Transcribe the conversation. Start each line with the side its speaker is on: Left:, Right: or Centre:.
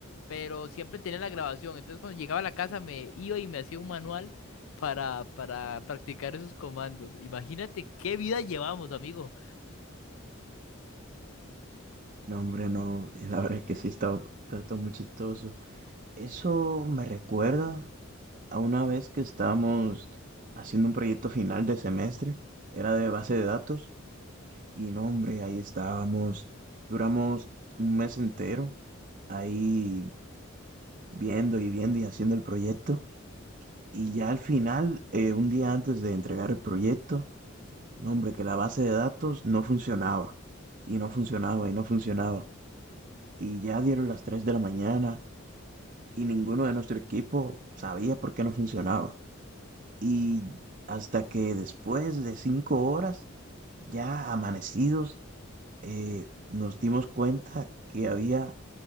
Left: pero siempre tenía la grabación. Entonces cuando llegaba a la casa me iba y me hacía un manual para, para practicar esos comandos. Imagínate qué vida llevamos, amigo.
Right: no, hombre, no, eh, la verdad es que sí, está, está, está muy chistoso. Eso me recuerda a una vez que estábamos haciendo un proyecto final de semestre, era de base de datos, y no, hombre, ahí estábamos, duramos un mes entero ahí viendo y viendo y haciendo el proyecto. Y ya al final, eh, un día antes de entregar el proyecto, no, hombre, que la base de datos no funcionaba, y no funcionaba, y no funcionaba. Y ya dieron las 3 de la mañana, y ninguno de nuestro equipo sabía por qué no funcionaba. Y hasta que después de cinco horas, ya amanecidos, eh, nos dimos cuenta que había,